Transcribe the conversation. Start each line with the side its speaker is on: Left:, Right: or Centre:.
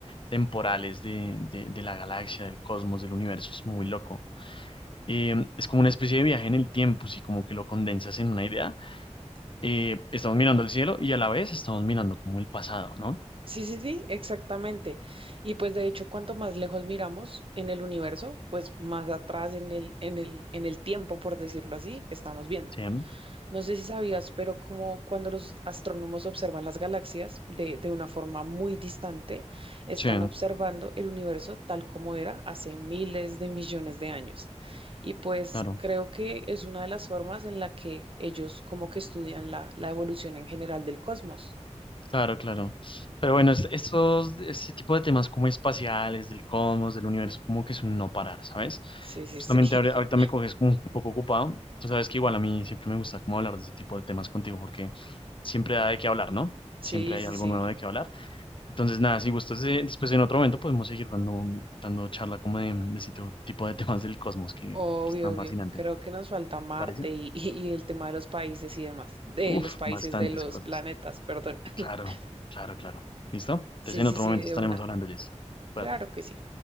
Left: temporales de, de- de la galaxia, del cosmos, del universo, es muy loco. Eh, mm, es como una especie de viaje en el tiempo, si como que lo condensas en una idea. Eh, estamos mirando el cielo y a la vez estamos mirando como el pasado, ¿no?
Right: Sí, sí, sí, exactamente. Y pues de hecho, cuanto más lejos miramos en el universo, pues más atrás en el, en el, en el tiempo, por decirlo así, estamos viendo.
Left: Sí, mm,
Right: No sé si sabías, pero como cuando los astrónomos observan las galaxias de, de una forma muy distante, están
Left: sí,
Right: observando el universo tal como era hace miles de millones de años. Y pues
Left: claro.
Right: creo que es una de las formas en la que ellos como que estudian la, la evolución en general del cosmos.
Left: Claro, claro. Pero bueno, es- estos, este tipo de temas como espaciales, del cosmos, del universo, como que es un no parar, ¿sabes?
Right: Sí, sí,
Left: Justamente
Right: sí. <laughs>
Left: ahori- ahorita me coges como un poco ocupado. Tú sabes que igual a mí siempre me gusta como hablar de ese tipo de temas contigo porque siempre da de qué hablar, ¿no?
Right: Sí,
Left: Siempre hay
Right: sí,
Left: algo
Right: sí.
Left: nuevo de qué hablar. Entonces, nada, si gustas, eh, después en otro momento podemos seguir dando, dando charla como de, de ese tipo tipo de temas del cosmos que,
Right: Obvio,
Left: que es tan
Right: obvio.
Left: fascinante,
Right: Creo
Left: ¿te
Right: que nos falta Marte
Left: parece?
Right: y, <laughs> y y el tema de los países y demás. De
Left: Uf,
Right: los países,
Left: bastantes
Right: de los
Left: cosas.
Right: planetas, perdón. <laughs>
Left: Claro, claro, claro. ¿Listo? Entonces
Right: Sí,
Left: en
Right: sí,
Left: otro
Right: sí,
Left: momento
Right: de
Left: estaremos
Right: una.
Left: hablando, Jess. Cuídate.
Right: Claro que sí.